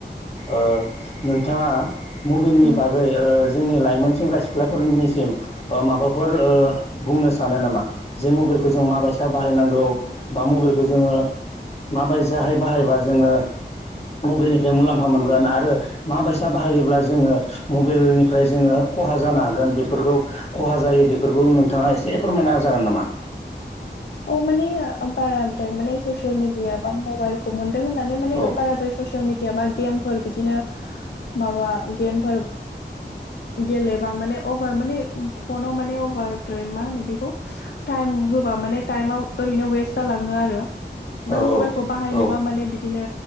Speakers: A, on the left; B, on the left.
A: ओ नोंथाङाओ मबाइलनि
B: उम
A: बागैओऔ़न जोंनि लाइमोन सेंग्रा सिख्लाफोरनिसिम माबाफोर बुंनो सानो नामा जे मबाइल मबाइखौ जों माबायसा बाहायनांगौ बा मबाइलखौ जोऔङो माबायदि जाहाय बाहायबा जोंङो मबाइलनिफ्राय मुलाम्फा मोनगोन आरो माबायसा बाहायोब्ला जोघङो मबाइलनिफ्राय जोंङो खहा जानो हागोन बेफोरखौ खहा जायो बेफोरखौ नोंथाङा एसे फोरमायना जागोन नामा
B: अ माने बाराद्राय माने ससिल मिडिया बा मबाइल खौ मोन होननानै मान
A: औ
B: बाद्राय ससियेल मिडिया बा गेमफोर बिदिनो माबा गेमफोर गेलेबा माने अभार माने फनाव माने अभार्र मा होनो बेखौ टाइम होबा माने टाइमाव ओरैनो वेस्ट जालाङो आरो ओमफफ्राय मबाइलखौ
A: औ
B: बाहायनोबा
A: औ
B: माने बिदिनो